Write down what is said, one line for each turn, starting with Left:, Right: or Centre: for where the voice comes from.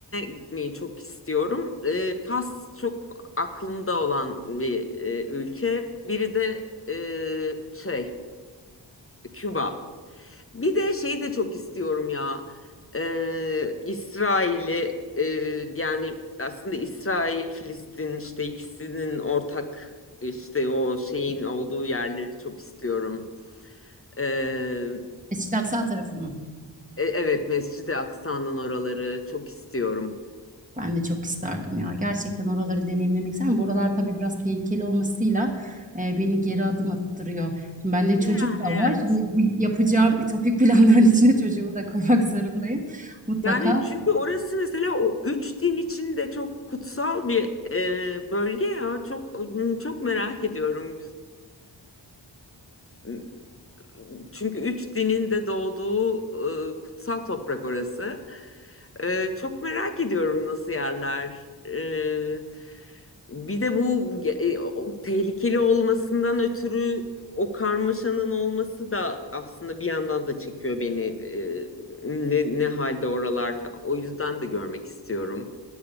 Left: gitmeyi çok istiyorum. Ee, Fas çok aklımda olan bir e, ülke. Biri de e, şey Küba. Bir de şeyi de çok istiyorum ya. Ee, İsrail'i e, yani aslında İsrail, Filistin işte ikisinin ortak işte o şeyin olduğu yerleri çok istiyorum. Ee,
Right: Mescid-i Aksa tarafını.
Left: E, evet, Mescid-i Aksa'nın oraları çok istiyorum.
Right: Ben de çok isterdim ya. Gerçekten oraları deneyimlemek isterim. Buralar tabii biraz tehlikeli olmasıyla e, beni geri adım attırıyor. Şimdi bende
Left: Yani
Right: çocuk da var.
Left: evet.
Right: Şimdi bu yapacağım ütopik planların <laughs> içine çocuğumu da koymak <laughs> zorundayım. Mutlaka
Left: Yani çünkü orası mesela o üç din için de çok kutsal bir e, bölge ya. Çok çok merak ediyorum. E, Çünkü üç dinin de doğduğu e, kutsal toprak orası. E, çok merak ediyorum nasıl yerler. E, bir de bu e, o tehlikeli olmasından ötürü o karmaşanın olması da aslında bir yandan da çekiyor beni. E, ne, ne halde oralar falan. O yüzden de görmek istiyorum.